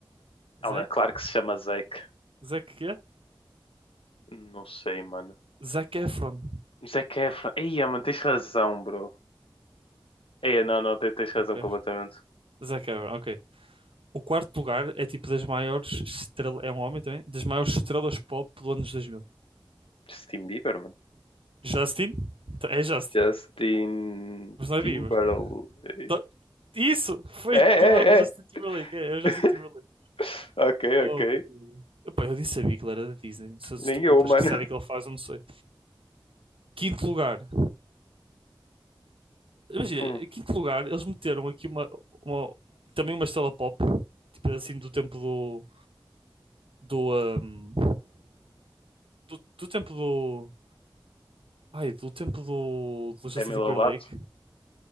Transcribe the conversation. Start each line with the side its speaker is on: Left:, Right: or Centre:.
Right: Zac?
Left: Ela, claro que se chama Zac.
Right: Zac quê?
Left: Não sei, mano.
Right: Zac Efron.
Left: Zac Efron. Ei, mano, tens razão, bro. Ei, não, não, tens, tens razão
Right: Zac
Left: completamente.
Right: Efron, Zac Efron, ok. O quarto lugar é tipo das maiores estrelas, é um homem também, das maiores estrelas pop do anos 2000.
Left: Justin Bieber, mano.
Right: Justin? É Justin,
Left: Justin
Right: mas não é
Left: Timberlake.
Right: Bieber. Tá- Isso! Foi
Left: É, é,
Right: Timberlake, Justin
Left: é.
Right: Timberlake, é, é o Justin
Left: <laughs>
Right: Timberlake.
Left: Ok,
Right: Oh,
Left: ok.
Right: Epá, eu nem sabia que ele era da Disney. Se,
Left: Nem
Right: se tu perguntas
Left: eu, mano.
Right: que série que ele faz, eu não sei. Quinto lugar. Imagina,
Left: Hum,
Right: quinto lugar, eles meteram aqui uma, uma- também uma estrela pop, tipo assim, do tempo do, do, ahm, do, do tempo do. Ai, do tempo do, do Justin
Left: Demi
Right: Timberlake.
Left: Lovato.